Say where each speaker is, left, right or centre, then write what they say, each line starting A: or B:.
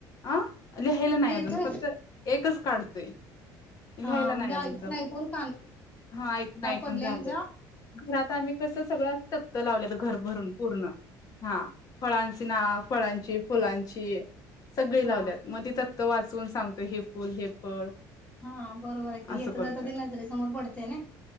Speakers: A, on the left; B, on the left.
A: अ लिहायला नाही
B: लिहितोय
A: अजून फक्त काढतय लिहायला
B: हा
A: नाही
B: म्हणजे
A: अजदम
B: ऐकून ऐकून कानावर
A: हा ऐकून ऐकून
B: पडले
A: झालंय
B: आणि जा
A: घरात आम्ही कस सगळंक्त लावलं घर भरून पूर्ण हा फळांची ना फळांची फुलांची सगळे
B: हा
A: लावल्यात मग त फक्त वाचवून सांगतो हे फुल हे फळ
B: हा बरोबर आहे कि
A: असं
B: येत
A: करतोय
B: जात ते नजरेसमोर पडतेय ना